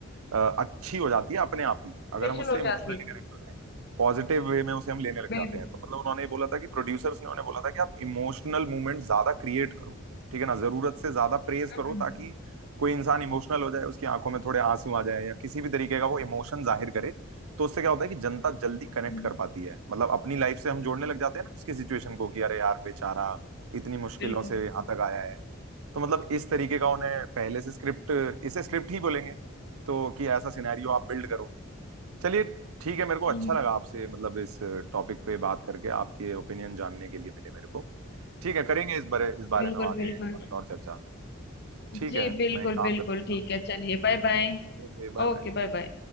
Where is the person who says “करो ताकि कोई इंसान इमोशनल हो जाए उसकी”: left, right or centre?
Right